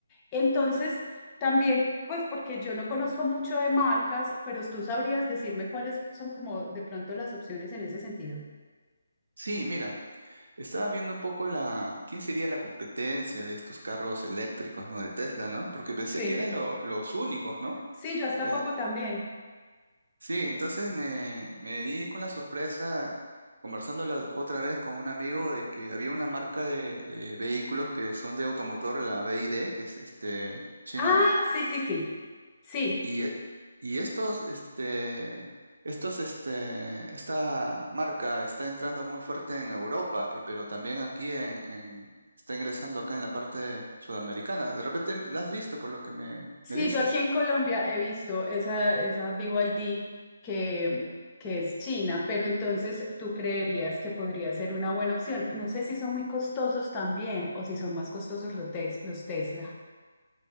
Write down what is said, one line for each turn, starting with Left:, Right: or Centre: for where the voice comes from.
Left: Entonces, también, pues porque yo no conozco mucho de marcas, pero tú sabrías decirme cuáles son como de pronto las opciones en ese sentido.
Right: Sí, mira, estaba viendo un poco la, quién sería la competencia de estos carros eléctricos, ¿no? De Tesla, ¿no? Porque pensé
Left: Sí,
Right: que eran lo- los únicos, ¿no?
Left: sí, yo hasta
Right: Eh,
Left: poco también.
Right: Sí, entonces me, me di con la sorpresa conversando la otra vez con un amigo de que había una marca de, de vehículos que son de automotor, la BYD, que es este, China,
Left: Ah, sí, sí, sí. Sí,
Right: y, e- y estos, este, estos, este, esta marca está entrando muy fuerte en Europa, y- pero también aquí en, en- está ingresando acá en la parte sudamericana. De repente la has visto por lo que me,
Left: sí,
Right: me dices.
Left: yo aquí en Colombia he visto esa, esa BYD que, que es China, pero entonces tú creerías que podría ser una buena opción. No sé si son muy costosos también o si son más costosos los, tes- los Tesla.